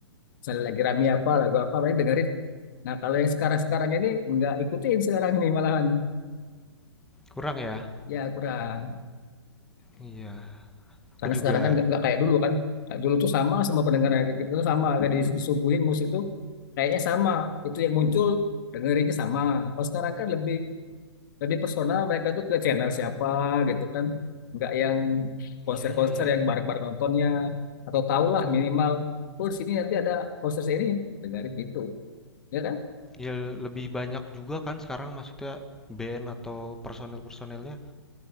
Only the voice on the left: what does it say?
misalnya lagi rame apa lagu apa paling dengerin nah kalau yang sekarang-sekarang ini nggak ikutin sekarang ini malahan
ya kurang
karena
sekarang kan nggak nggak kayak dulu kan kayak dulu tuh sama semua pendengarnya kayak gitu tuh sama kayak dis- disuguhin musik tuh kayaknya sama itu yang muncul dengerinnya sama kalau sekarang kan lebih lebih personal mereka tuh ke channel siapa gitu kan nggak yang
konser-konser
yang bareng-bareng nontonnya atau tahulah minimal oh di sini nanti ada konser ini dengerin gitu ya kan